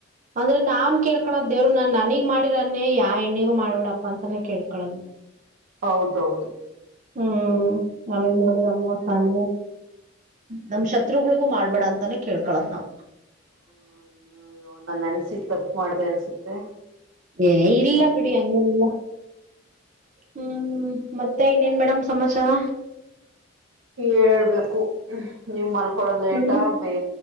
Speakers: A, on the right (about 40°); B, on the right (about 85°).
A: ಅಂದ್ರೆ ನಾನ್ ಕೇಳ್ಕಳದ್ ದೇವ್ರು ನಾನ್ ನನಗ್ ಮಾಡಿರನ್ನೇ ಯಾ ಹೆಣ್ಣಿಗೂ ಮಾಡ್ಬಿಡಪ್ಪಾ ಅಂತಾನೇ ಕೇಳ್ಕೊಳೋದು
B: ಹೌದು ಹೌದು
A: ಹ್ಮ್ ನಮ ಮಾಡ್ರದ ಮೋಸಾನ ನಮ್ ಶತ್ರುಗಳಿಗೂ ಮಾಡ್ಬೇಡ ಅಂತಾನೇ ಕೇಳ್ಕಳದ್ ನಾವ್
B: ಹ್ಮ ಇನ್ನು್ಯೋ ನನ್ನ ಅನ್ಸಿ ತಪ್ಪು ಮಾಡಿದೆ ಅನ್ಸುತ್ತೆ
A: ಏ ಇಲ್ಲ ಬಿಡಿ ಹಂಗಲ್ಲ ಹ್ಮ ಹ್ಮ ಮತ್ತೆ ಇನ್ನೇನ್ ಮೇಡಮ್ ಸಮಾಚಾರ
B: ಹೇಳ್ಬೇಕು ನೀವ್ ಮಲ್ಕೊಡದ್ ಲೇಟ
A: ಹ್ಮ
B: ಬೇ